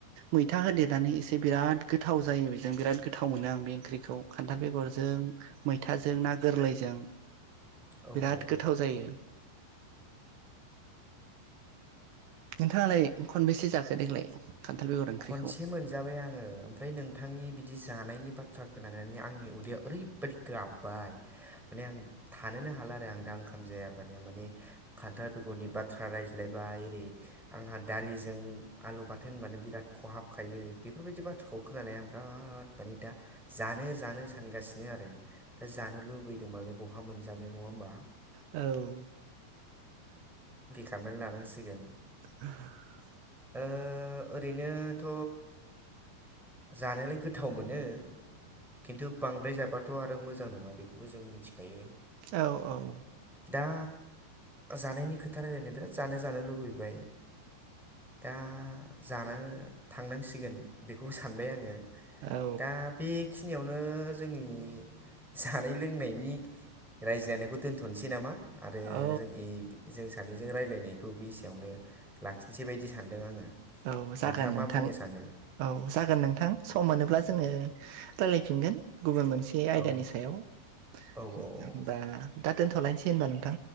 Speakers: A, on the right; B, in the centre.
A: मैथा होदेरनानै एसे बिराद गोथाव जायो बेजों बिराद गोथाव मोनो आं बे ओंख्रिखौ खान्थाल बेगरजों मैथाजों ना गोरलैजों
B: औ
A: बिराद
B: औ
A: गोथाव
B: औ
A: जायो। नोंथाङालाय खनबैसे जाखो देग्लाय? खान्थाल बेगर ओंख्रिखौ
B: खनसे मोनजाबाय आङो ओमफ्राय नोंथांनि बिदि जानायनि बाथ्राखौ खोननानै आंनि उदैयाव ओरैबायदि गाबबाय माने आं थानोनो हाला आरो आं दा ओंखाम जाया
A: <inaudible>
B: खान्थाल बेगरनि बाथ्रा रायज्लायबाय ओरै आंहा दालिजों आलु बाथोन होनबानो बिराद‌ खहाबखायो बेफोरबायदि बाथ्राखौ खोनानानै आं बिराद माने दा जानो जानो सानगासिनो। आरो दा जानो लुबैदोंमालाय बहा मोनजानो नङा होमबा?
A: औ हो
B: खाबेन्ट लानांसिगोन
A: <inaudible>
B: ओ ओरैनोथ'! जानोलाय गोथाव मोनो खिन्थु बांद्राय जाबाथ' आरो मोजां नङा बेखौबो जों मिथिखायो
A: औ औ
B: दा जानायनि खोथा रायलायनो बिराद जानो जानो लुबैबाय दा जानो थांनांसिगोन बेखौ सानबाय आङो
A: औ
B: दा बे बेखिनियावनो जोंनि जानाय लोंनायनि रायज्लायनायखौ दोनथ'नोसै नामा आरो
A: औ
B: जों जों सानैजों रायज्लायनायखौ बेसेयावनो लाखिनोसै बायदि सानदों आङो
A: औ जागोन
B: नोंथाङा
A: नोंथां
B: मा बुंनो सानो
A: औ जागोन नोंथां सम मोनोब्ला जोङो रायलायफिनगोन। गुबुन मोनसे आयदानि
B: औ
A: सायाव होनबा
B: औ औ औ
A: दा दोनथ'लायनोसै होनबा नों।